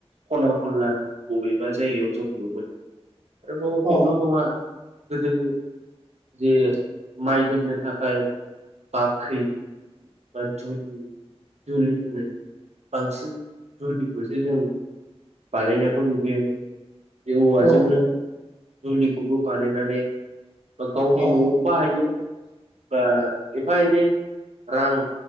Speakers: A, on the right; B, on the right.
A: खना खनला बबेबा जायगायाव जों नुगोन बेफोराव
B: औ
A: दं आरो <unintelligible> गोदो जे माइ दोननो थाखाय बाख्रि बा दुलि दुलि होनो बांसिन दुलिखौसो जों बानायनायखौ नुबोयोमोन बे औवाजोंनो
B: औ
A: दुलिखौबो बानायनानै बा गावनि
B: औ
A: न'आव बाहायो बा एफा एनै रां